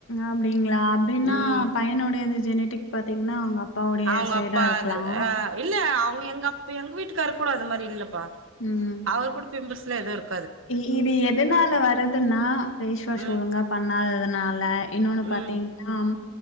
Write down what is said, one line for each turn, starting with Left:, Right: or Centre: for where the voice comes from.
Left: அப்டிங்ளா அப்டினா
Right: ம்
Left: பையனுடையது ஜெனிடிக் பாத்தீங்னா அவுங்கப் அப்பாவுடைய
Right: அவங்க
Left: சைடா
Right: அப்பா
Left: இருக்லாம்
Right: அது அ இல்ல அவுங்க எங்கப் இப்ப எங்க வீட்டுகாரு கூட அது மாரி இல்லப்பா
Left: ம்
Right: அவர் கூட பிம்பிள்ஸ்லா எது இருக்
Left: இ இது எதுனால வருதுனா ஃபேஸ் வாஷ்
Right: ம்
Left: ஒழுங்கா பண்ணாததனால இன்னோனு பாத்திங்னாம்
Right: ம்